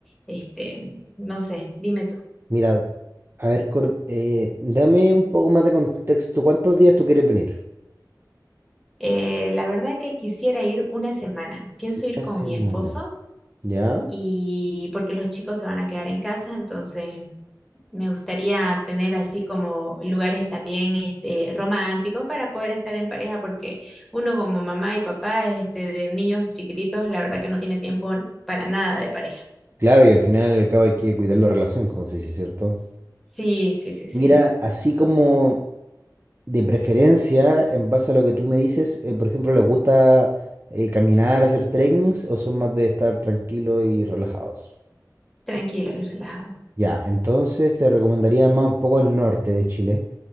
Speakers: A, in the centre; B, on the right.
A: este, no sé, dime tú.
B: Mira, a ver, cor- eh, dame un poco más de contexto. ¿Cuántos días tú quieres venir?
A: Eh, la verdad que quisiera ir una semana. Pienso
B: Una
A: ir con
B: semana.
A: mi esposo
B: ¿Ya?
A: y porque los chicos se van a quedar en casa, entonces Me gustaría tener así como lugares también este, románticos para poder estar en pareja, porque uno como mamá y papá este, de niños chiquititos, la verdad que no tiene tiempo para nada de pareja.
B: Claro, y al final y al cabo hay que cuidar la relación, como se dice, ¿cierto?
A: Sí, sí, sí, sí.
B: Mira, así como de preferencia, en base a lo que tú me dices, eh, por ejemplo, ¿les gusta eh, caminar, hacer trekkings o son más de estar tranquilos y relajados?
A: Tranquilos y relajados.
B: Ya, entonces te recomendaría más un poco el norte de Chile.